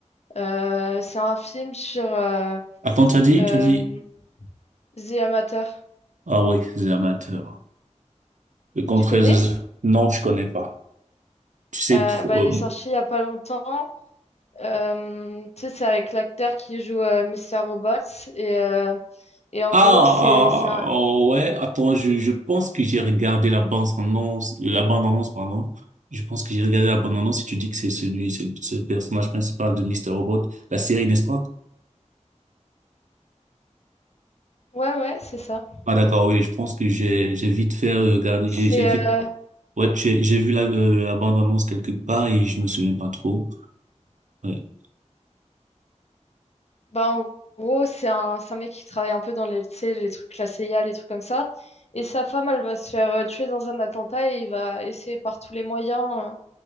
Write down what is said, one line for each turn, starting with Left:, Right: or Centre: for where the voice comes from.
Left: Euh, c'est un film sur euh,
Right: Attends, tu as dit,
Left: euh,
Right: tu as dit,
Left: The Amateur.
Right: ah ouais, c'est amateur. Le Contreras,
Left: Tu connais?
Right: non, je connais pas. Tu sais
Left: Euh,
Right: trop.
Left: bah, il est
Right: euh,
Left: sorti il y a pas longtemps. Euh, tu sais, c'est avec l'acteur qui joue euh, Mr. Robots. Et, euh, et en
Right: Ah,
Left: gros,
Right: ah,
Left: c'est c'est un...
Right: ah, oh, ouais. Attends, je, je pense que j'ai regardé la bande annonce, la bande annonce, pardon. Je pense que j'ai regardé la bande annonce. Si tu dis que c'est celui, c'est c'est le personnage principal de Mister Robot, la série, n'est-ce pas?
Left: Ouais, ouais, c'est ça.
Right: Ah d'accord, oui. Je pense que j'ai j'ai vite fait regarder.
Left: C'est
Right: J'ai j'ai vite.
Left: euh,
Right: Ouais, j'ai j'ai vu la euh, la bande annonce quelque part et je me souviens pas trop. Ouais.
Left: Bah, en gros, c'est un, c'est un mec qui travaille un peu dans les, tu sais, les trucs, la CIA, les trucs comme ça. Et sa femme, elle va se faire euh, tuer dans un attentat et il va essayer par tous les moyens euh,